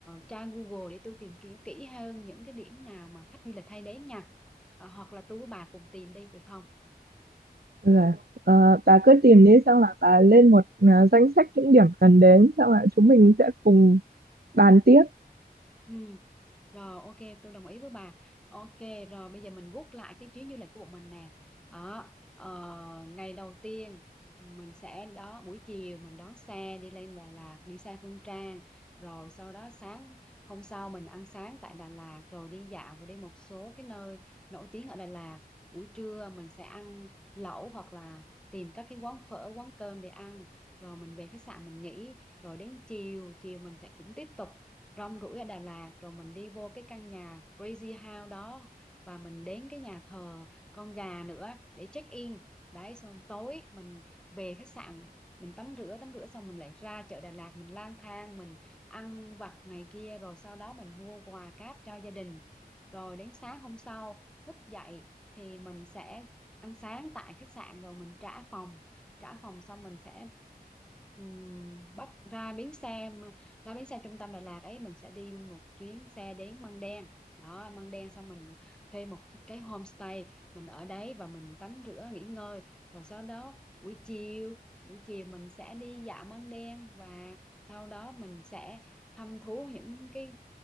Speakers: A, in the centre; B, on the right.
A: tra Google để tôi tìm kiếm kỹ hơn những cái điểm nào mà khách du lịch hay đến nha. Ờ, hoặc là tôi với bà cùng tìm đi được không?
B: là ờ, bà cứ tìm đi xong là bà lên một ờ, danh sách những điểm cần đến xong là chúng mình sẽ cùng bàn tiếp
A: Ừ. Rồi ok tôi đồng ý với bà Ok rồi bây giờ mình gút lại cái chuyến du lịch của bọn mình nè đó, ờ, Ngày đầu tiên mình sẽ đó buổi chiều mình đón xe đi lên Đà Lạt đi xe Phương Trang rồi sau đó sáng hôm sau mình ăn sáng tại Đà Lạt rồi đi dạo và đi một số cái nơi nổi tiếng ở Đà Lạt buổi trưa mình sẽ ăn lẩu hoặc là tìm các cái quán phở quán cơm để ăn rồi mình về khách sạn mình nghỉ rồi đến chiều chiều mình sẽ cũng tiếp tục rong ruổi ở Đà Lạt rồi mình đi vô cái căn nhà Crazy House đó và mình đến cái nhà thờ con gà nữa để check in đấy xong tối mình về khách sạn mình tắm rửa tắm rửa xong mình lại ra chợ Đà Lạt mình lang thang mình ăn vặt này kia rồi sau đó mình mua quà cáp cho gia đình rồi đến sáng hôm sau thức dậy thì mình sẽ ăn sáng tại khách sạn rồi mình trả phòng trả phòng xong mình sẽ ừm, bắt ra bến xe ra bến xe trung tâm Đà Lạt ấy mình sẽ đi một chuyến xe đến Măng Đen đó Măng Đen xong mình thuê một cái cái homestay mình ở đấy và mình tắm rửa nghỉ ngơi rồi sau đó buổi chiều buổi chiều mình sẽ đi dạo Măng Đen và sau đó mình sẽ thăm thú những cái